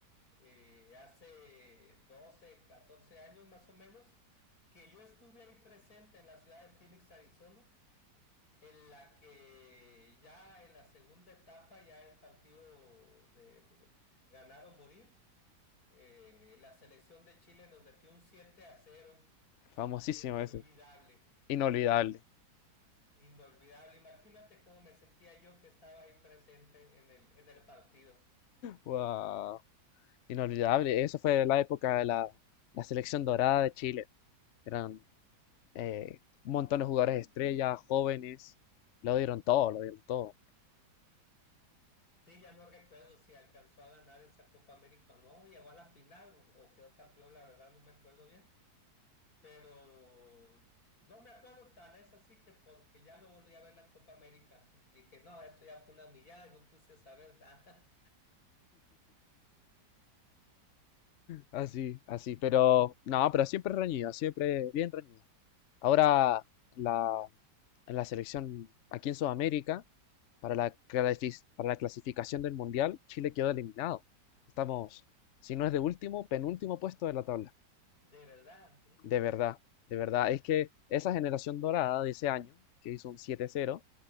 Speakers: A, on the left; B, on the left.
A: eh, hace 12, 14 años más o menos, que yo estuve ahí presente en la ciudad de Phoenix, Arizona en la que ya en la segunda etapa, ya el partido de ganar o morir, eh, la selección de Chile nos metió un 7 a cero
B: Famosísimo
A: inolvidable,
B: ese. Inolvidable.
A: inolvidable. Imagínate cómo me sentía yo que estaba ahí presente en el, en el partido.
B: Wow. Inolvidable. Eso fue la época de la, la selección dorada de Chile. Eran eh, un montón de jugadores estrellas, jóvenes. Lo dieron todo, lo dieron todo.
A: Sí, ya no recuerdo si alcanzó a ganar esa Copa América o no, llegó a la final o, o quedó campeón, la verdad no me acuerdo bien pero no me acuerdo tan, es así que porque ya no volví a ver la Copa América. Dije, no, esto ya fue una millada y no puse a saber nada.
B: Así, así. Pero, no, pero siempre reñido, siempre bien reñido. Ahora, la, la selección aquí en Sudamérica, para la, clasi- para la clasificación del Mundial, Chile quedó eliminado. Estamos, si no es de último, penúltimo puesto de la tabla.
A: <laughs> De verdad, híjole.
B: De verdad, de verdad. Es que esa generación dorada de ese año, que hizo un 7-0,